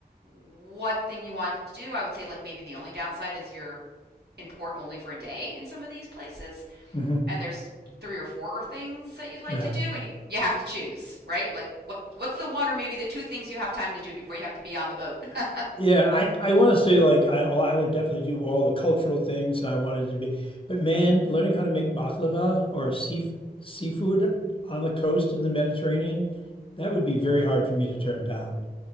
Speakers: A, on the right; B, on the left.
A: what thing you wanted to do. I would say, like, maybe the only downside is you're in port only for a day in some of these places.
B: hmm
A: And there's three or four things that you'd like
B: <laughs> Yeah.
A: to do, and you, you have to choose, right? Like, what what's the one or maybe the two things you have time to do before you have to be on the boat? <laughs>
B: Yeah, I, I want to say like I oh, I would definitely do all the cultural things and I wanted to be, but man, learning how to make baklava or sea, seafood on the coast in the Mediterranean, that would be very hard for me to turn down.